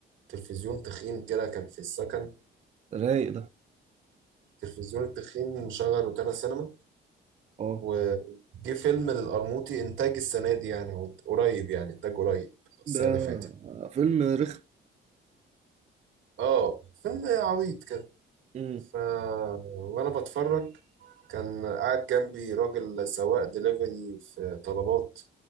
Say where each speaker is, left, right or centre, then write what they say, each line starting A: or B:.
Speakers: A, on the right (about 80°); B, on the right (about 35°).
A: تلفزيون تخين كده كان في السكن
B: رايق ده
A: والتلفزيون التخين مشغل روتانا سينما
B: اه
A: وجه فيلم للقرموطي انتاج السنه دي يعني هو قريب يعني انتاج قريب السنه
B: ده
A: اللي فاتت
B: فيلم رخم
A: اه فيلم عبيط كده
B: امم
A: ف وانا بتفرج كان قاعد جنبي راجل سواق دليفري في طلبات